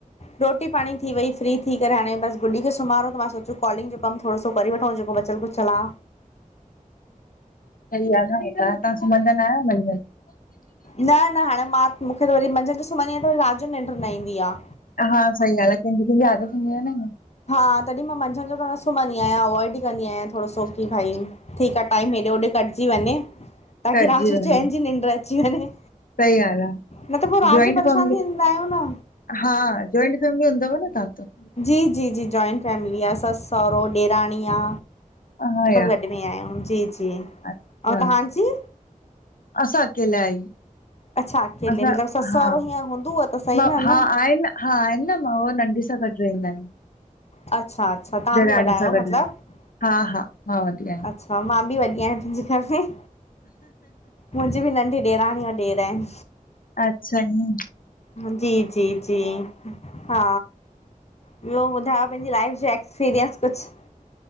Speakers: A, on the left (about 50°); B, on the left (about 85°).
A: रोटी पाणी थी वई फ्री थी करे, हाणे बस गुॾी खे सुम्हारो त मां सोचो कॉलिंग जो कमु थोरो सो वरी वठो जेको बचल कुुछल आ।
B: सॾी रांद ए ॻाल्हि आ, सुम्हंद न आहियो मंझंन?
A: न न हाणे मां मुंखे त वरी मंझंदि जो सुम्हंदी आहियां त वरी राति जो निंड न ईंदी आ।
B: हा सही ॻाल्हि आ केंजी -केंजी आदत हूंदी आ न
A: हा तॾहिं मां मंझंदि जो न सुम्हंदी आहियां अवॉइड ईं कंदी आहियां, थोरो सो की भई ठीकु आ टाइम हेॾे होॾे कटिजी वञे, ताकी
B: कटजी
A: राति जो
B: वञे
A: चैनि जी निंड अची वञे।
B: सही ॻाल्हि आ,
A: न त पोइ राति
B: ज्वॉइंट
A: जो परेशान
B: फ़ैमिली
A: थींदा आहियूं न
B: हां ज्वॉइंट फैमिली हूंदव न तां त।
A: जी जी जी, ज्वॉइंट फैमिली आ, ससु सहुरो ॾेराणी आ,
B: हा
A: सभु
B: या
A: गॾु ब नियाम जी जी
B: अच्छा,
A: ऐं तव्हांजी
B: असां अकेला हियूं।
A: अच्छा अकेले
B: असां
A: मतिलबु ससु सहुरो
B: हा,
A: हीअं हूंदव त सही
B: मां
A: न
B: हा
A: न
B: आहे न। हा आहिनि न मां ओ नंढी सां गॾु रहिंदा हिन।
A: अच्छा- अच्छा तव्हां
B: ॾेराणी
A: बि वॾा आहियो
B: सां गॾु,
A: मतिलबु
B: हा, हा मां वॾी आयां।
A: अच्छा, मां बि वॾी हियां मुंजे घरु में मुंजी बि नंढी ॾेराणी ओर ॾेर आहिन।
B: अच्छा, ईऐं
A: मुं जी, जी, जी हा, ॿियो ॿुधायो पेंजी लाइफ जो एक्सपीरिएंस कुछु